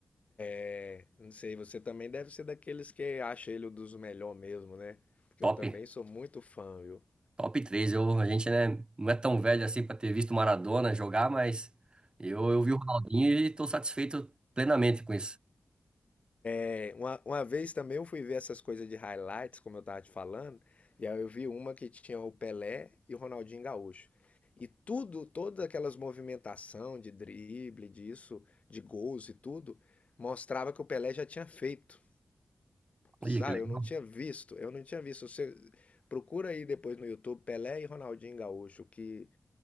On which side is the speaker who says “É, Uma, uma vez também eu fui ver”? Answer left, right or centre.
Left